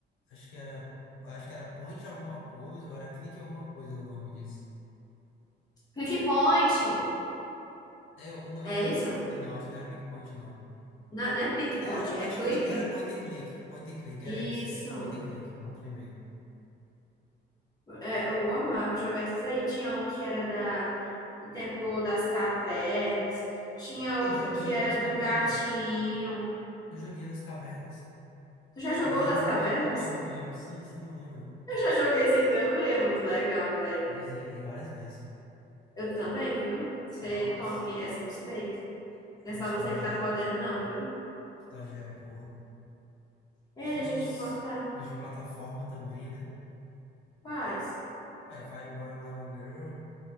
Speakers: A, on the left; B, on the left.
A: Acho que era. Acho que era Point alguma coisa, ou era Clique alguma coisa o nome disso.
B: Click Point,
A: Eu, n- eu
B: é
A: não, sei
B: isso?
A: se- é, não, acho que não era Pickpoint, não.
B: Não, não é Pick
A: Era
B: Point,
A: Point
B: é clique?
A: Click, era Point and Click. Point and Click, era
B: Isso.
A: isso. Point and Click, pronto, lembrei.
B: É, eu amava jogar esses aí. Tinha um que era da O Tempo das Cavernas. Tinha
A: Eu
B: outro
A: joguei
B: que era
A: o das
B: de
A: cavernas.
B: um gatinho.
A: Eu joguei o das cavernas.
B: Tu já jogou
A: Eu lembro,
B: o das Cavernas?
A: eu lembro, eu lembro, eu lembro. Sim, sim, eu lembro.
B: Eu já joguei esse aí também, é muito legal, velho.
A: Eu zerei várias vezes.
B: Eu também, viu? Você
A: Nossa,
B: tome essa nos peitos. Não
A: nostalgia.
B: é só você que tá podendo, não, viu?
A: Nostalgia boa.
B: Ei,
A: Tinha
B: deixa
A: os,
B: eu te contar.
A: os de plataforma também, né?
B: Quais?
A: Ué, Fireball and Lava Girl.